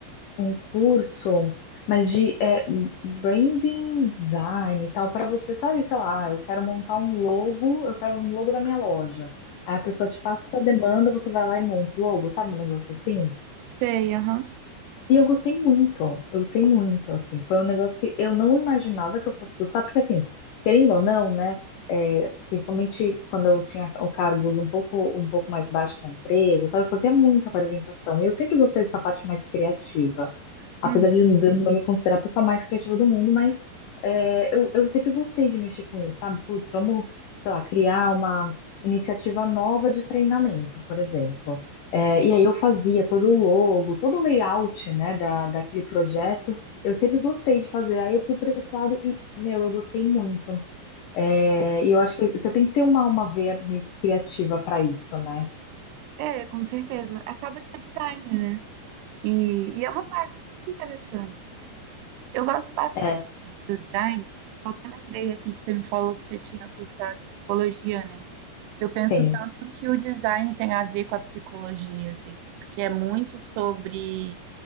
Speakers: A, on the left; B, on the right.
A: um curso, mas de é, branding design e tal, para você, sabe, sei lá, "Ah, eu quero montar um logo, eu quero um logo da minha loja. Aí a pessoa te passa essa demanda, você vai lá e monta o logo, sabe, um negócio assim?
B: Sei, aham.
A: E eu gostei muito, eu gostei muito, assim, foi um negócio que eu não imaginava que eu fosse gostar, porque assim, querendo ou não, né, é, principalmente quando eu tinha o- cargos um pouco, um pouco mais baixos na empresa, tá, eu fazia muita apresentação, e eu sempre gostei dessa parte mais criativa, apesar
B: Uhum.
A: de não eu não me considerar a pessoa mais criativa do mundo, mas é, eu, eu sempre gostei de mexer com isso, sabe? Putz, vamos, sei lá, criar uma iniciativa nova de treinamento, por exemplo. É, e aí eu fazia todo o logo, todo o layout, né, da, daquele projeto. Eu sempre gostei de fazer. Aí eu fui para esse lado e, meu, eu gostei muito. É, e eu acho que você tem que ter uma, uma veia meio que criativa para isso, né?
B: É, com certeza. Acaba que é design, né? E, e é uma parte muito interessante, assim. Eu gosto bastante
A: É.
B: do design. Eu até lembrei aqui que você me falou que você tinha cursado psicologia, né? Eu penso
A: Tem,
B: tanto que o design tem a ver com a psicologia, assim, porque é muito sobre